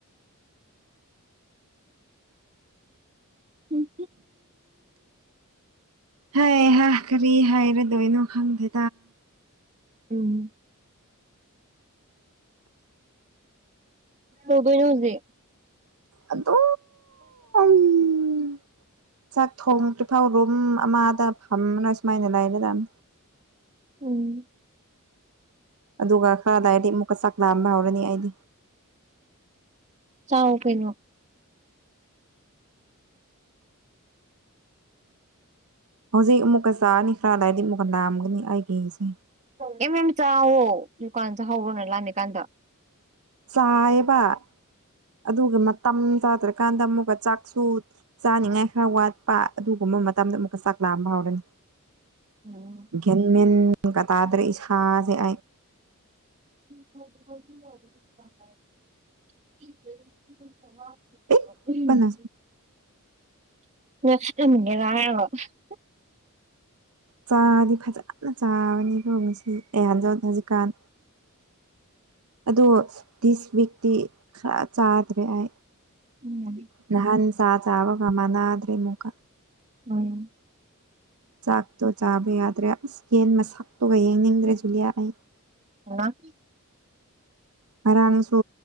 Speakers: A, on the right; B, on the right.
A: ꯎꯝ
B: ꯍꯩꯍꯥ ꯀꯥꯔꯤ ꯍꯥꯏꯔꯥꯗꯣꯏꯅꯣ ꯈꯪꯗꯦ
A: ꯎꯝ ꯀꯩꯗꯧꯗꯣꯏꯅꯣ ꯍꯧꯖꯤꯛ
B: ꯑꯗꯨ
A: <inaudible>
B: ꯎꯝ ꯆꯥꯛ ꯊꯣꯡ ꯇ꯭ꯔꯤꯐꯥꯎ ꯔꯨꯝ ꯑꯃꯗ ꯐꯝꯃꯅꯥ ꯁꯨꯃꯥꯏꯅ ꯂꯩꯒꯗꯝꯅꯤ
A: ꯎꯝ
B: ꯑꯗꯨꯒ ꯈꯔꯥ ꯂꯩꯔꯗꯤ ꯑꯃꯨꯛꯀꯥ ꯆꯥꯛ ꯂꯥꯝꯕ ꯍꯧꯔꯅꯤ ꯑꯩꯗꯤ
A: ꯆꯥꯎ ꯀꯩꯅꯣ
B: ꯍꯧꯖꯤꯛ ꯑꯃꯨꯛꯀ ꯆꯥꯔꯅꯤ ꯈꯔꯥ ꯂꯩꯔꯗꯤ ꯑꯃꯨꯛꯀꯥ ꯂꯥꯝꯒꯅꯤ ꯑꯩꯒꯤꯅꯤꯁꯦ
A: ꯑꯦꯝ ꯑꯦꯝ ꯆꯥꯋꯣ ꯗꯨꯀꯥꯟ ꯆꯥꯍꯧꯕꯣꯅ ꯂꯥꯝꯃꯤ ꯀꯥꯟꯗ
B: ꯆꯥꯏꯕ ꯑꯗꯨꯒ ꯃꯇꯝ ꯆꯥꯗ꯭ꯔꯀꯥꯟꯗ ꯑꯃꯨꯛꯀ ꯆꯥꯛꯁꯨ ꯆꯥꯅꯤꯡꯉꯥꯏ ꯈ꯭ꯔ ꯋꯥꯠꯄ ꯑꯗꯨꯒꯨꯝꯕ ꯃꯇꯝꯗ ꯑꯃꯨꯛꯀ ꯆꯥꯛ ꯂꯥꯝꯑꯕꯅꯤ
A: ꯎꯝ
B: ꯒꯦꯟ ꯃꯦꯟꯀ ꯇꯥꯗ꯭ꯔꯦ ꯏꯁꯥꯖꯦ ꯑꯩ
A: <unintelligible> <unintelligible>
B: ꯄꯤꯛꯄꯅ ꯆꯥꯗꯤ ꯐꯖꯅ ꯆꯥꯕꯅꯤꯀꯣ ꯉꯥꯁꯤ <unintelligible> ꯍꯧꯖꯤꯛꯀꯥꯟ ꯑꯗꯣ ꯗꯤꯁ ꯋꯤꯛꯇꯤ ꯈ꯭ꯔ ꯆꯥꯗ꯭ꯔꯦ ꯑꯥꯏ
A: ꯎꯝ
B: ꯅꯍꯥꯟ ꯆꯥ ꯆꯥꯕꯒ ꯃꯥꯟꯅꯗ꯭ꯔꯦ ꯃꯨꯛꯀ
A: ꯎꯝ
B: ꯆꯥꯛꯇꯣ ꯆꯥꯕ ꯌꯥꯗ꯭ꯔꯦ ꯑꯁ ꯌꯦꯟ ꯃꯁꯛꯇꯨꯒ ꯌꯦꯡꯅꯤꯡꯗ꯭ꯔꯦ ꯖꯨꯂꯤꯌꯥ ꯑꯩ
A: ꯍꯩꯃꯥ
B: ꯉꯔꯥꯡꯁꯨ